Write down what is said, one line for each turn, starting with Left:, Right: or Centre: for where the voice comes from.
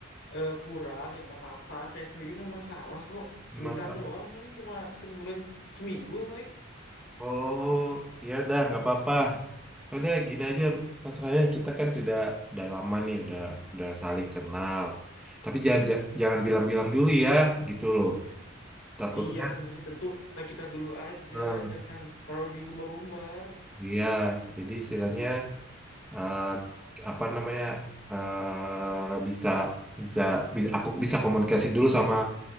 Left: eh, kurang ya nggak apa-apa. Saya sendiri nggak masalah kok.
Centre: Mas.
Left: Sebentar doang, paling cuma sebulan, seminggu kan paling.
Centre: Oh, ya udah nggak apa-apa. Ya Udah gini aja Mas Ryan, kita kan sudah udah lama nih, udah udah saling kenal. Tapi jangan ja- jangan bilang-bilang dulu ya, gitu loh. Takutnya.
Left: Iya kan masih tentu nah, kita dulu aja,
Centre: eh,
Left: jangan terlalu diumbar-umbar.
Centre: iya, jadi istilahnya eh, apa namanya eh, bisa bisa bi- aku bisa komunikasi dulu sama